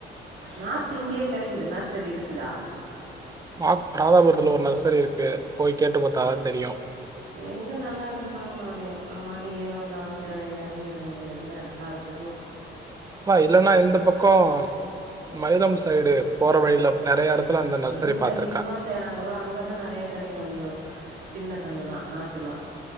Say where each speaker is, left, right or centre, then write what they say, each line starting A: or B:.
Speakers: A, on the right; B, on the right.
A: நாத்து இங்கேயே கிடைக்குது நர்சரி இருக்குதா
B: நாக் ராதாபுரத்துல ஒரு நர்சரி இருக்கு போய் கேட்டு பார்த்தா தா தெரியும்
A: எங்க நல்லா இருக்குன்னு பாக்கணும் அதையும் நம்மட்டு ஏனோ தானம் இறங்கிட முடியாதுல்ல காலத்து த்துக்கும்
B: ஆ இல்லன்னா இந்த பக்கம் மைலம் சைடு போற வழியில நிறைய இடத்துல அந்த நர்சரி
A: எங்க
B: பார்த்துருக்கேன்.
A: அதிகமா சேறாங்களோ அங்கதா நிறைய கிடைக்கும் வந்து சின்ன கண்ணலா நாத்துலா